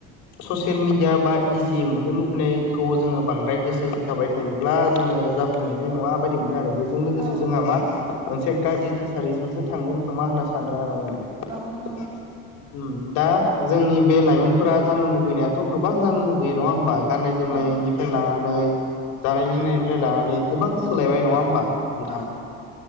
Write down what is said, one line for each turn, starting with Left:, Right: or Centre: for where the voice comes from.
Left: ससियेल मिडिया बा इजि मोननो लुबैनायखौ जोङो बांद्राय गोसो होथाबाय थायोब्ला जों जाफुंहैनाय नङा बायदि मोनो आरो बे बेजों लोगोसे
Right: औ
Left: जोंहा मा मोनसे गाज्रि थासारिजोंसो थांगोन खोमा होनना सानो आरो आङो उम
Right: औ नंगौ
Left: दा जोंनि बे लाइमोनफोरा जानो लुबैनायाथ' गोबां जानो लुबैयो नङा होमबा? गाननाय जोमनायनिफ्राय
Right: औ
Left: लानानै जानाय लोंनायनिफ्राय लानानै गोबां सोलायबाय नङा होमबा? नोंथां
Right: औ